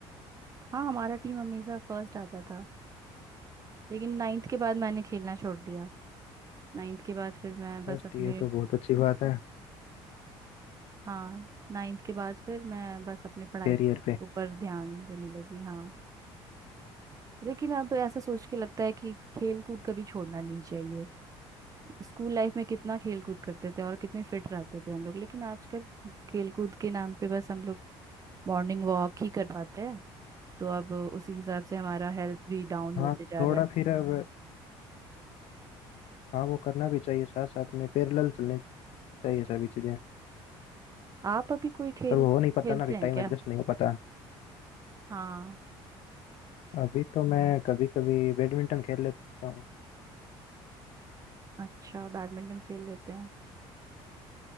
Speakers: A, on the right; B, on the left.
A: हाँ हमारा टीम हमेशा फर्स्ट आता था लेकिन नाइन्थ के बाद मैंने खेलना छोड़ दिया नाइन्थ के बाद फिर मैं बस
B: फर्स्ट
A: अपने
B: ये तो बहुत अच्छी बात है
A: हाँ नाइन्थ के बाद फिर मैं बस अपनी पढ़ाई
B: कैरियर
A: के
B: पे
A: ऊपर ध्यान देने लगी हाँ लेकिन अब ऐसा सोच के लगता है कि खेल कूद कभी छोड़ना नहीं चाहिए स्कूल लाइफ में कितना खेल कूद करते थे और कितने फिट रहते थे हम लोग लेकिन आजकल खेल कूद के नाम पे बस हम लोग मॉर्निंग वॉक ही कर पाते हैं तो अब उसी हिसाब से हमारा हेल्थ भी डाउन
B: हाँ
A: होते जा
B: थोड़ा
A: रहा है
B: फिर अब हाँ वो करना भी चाहिए साथ साथ में पैरेलल चलनी चाहिए सभी चीजें
A: आप अभी कोई खेल
B: पर वो हो नहीं पाता
A: खेलते
B: ना कि
A: हैं
B: टाइम
A: क्या
B: एडजस्ट नहीं हो पाता
A: हाँ
B: अभी तो मैं कभी कभी बैडमिंटन खेल लेता हूँ
A: अच्छा बैडमिंटन खेल लेते हैं